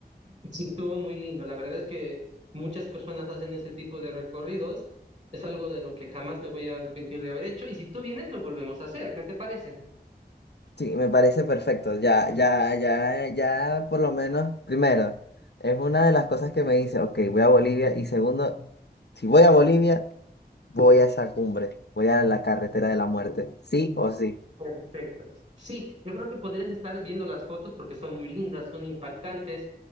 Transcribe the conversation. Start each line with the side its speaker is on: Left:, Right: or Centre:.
Right: Sí, estuvo muy lindo. La verdad es que muchas personas hacen este tipo de recorridos. Es algo de lo que jamás me voy a arrepentir de haber hecho. Y si tú vienes, lo volvemos a hacer. ¿Qué te parece?
Left: Sí, me parece perfecto. Ya, ya, ya, ya, por lo menos, primero, es una de las cosas que me dice, ok, voy a Bolivia. Y segundo, si voy a Bolivia, voy a esa cumbre, voy a la carretera de la muerte, sí o sí.
Right: Perfecto. Sí, yo creo que podrías estar viendo las fotos porque son muy lindas, son impactantes